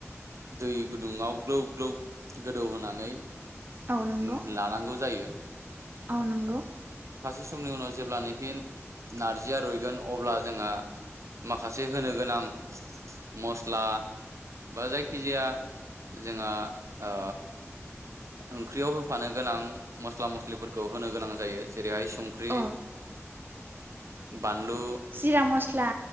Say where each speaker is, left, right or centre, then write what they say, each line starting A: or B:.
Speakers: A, on the right (about 80°); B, on the right (about 45°).
A: दै गुदुंङाव ग्लोब ग्लोब गोदौ होनानै उ
B: औ नंगौ
A: लानांगौ जायो।
B: औ नंगौ।
A: सम नि उनाव जेब्लानोखि नारजिया रुइगोन अब्ला जोंहा माखासे होनो गोनां मस्ला बा जायखिजाया जोंहा ओ ओंख्रियाव होफानो गोनां मस्ला मस्लिफोरखौ होनो गोनां जायो जेरै हाय स संख्रि
B: औ
A: बानलु
B: जिरा मस्ला